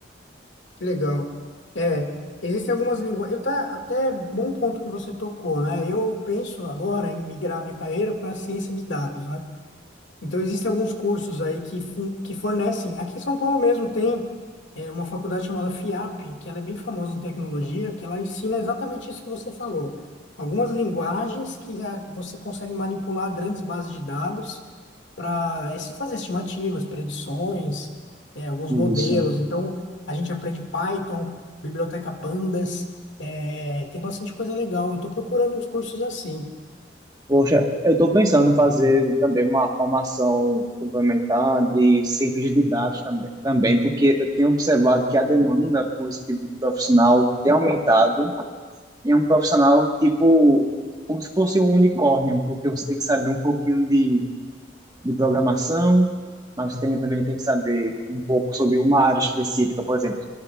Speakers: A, on the left (about 80°); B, on the right (about 20°).
A: Que legal. É, existem algumas linguagens. Eu tá até bom ponto que você tocou, né? Eu penso agora em migrar minha carreira para a ciência de dados, né? Então existem alguns cursos aí que, fu- que fornecem. Aqui em São Paulo mesmo tem é, uma faculdade chamada FIAP, que ela é bem famosa em tecnologia, que ela ensina exatamente isso que você falou. Algumas linguagens que ah, você consegue manipular grandes bases de dados para fazer estimativas, predições, é, alguns
B: É Isso.
A: modelos. Então, a gente aprende Python, biblioteca Pandas, é, tem bastante coisa legal. Eu estou procurando uns cursos assim.
B: Poxa, eu estou pensando em fazer também uma formação complementar de ciência de dados também, também, porque eu tenho observado que a demanda por esse tipo de profissional tem aumentado. E é um profissional tipo como se fosse um unicórnio, porque você tem que saber um pouquinho de, de programação, mas você tem, também tem que saber um pouco sobre uma área específica, por exemplo,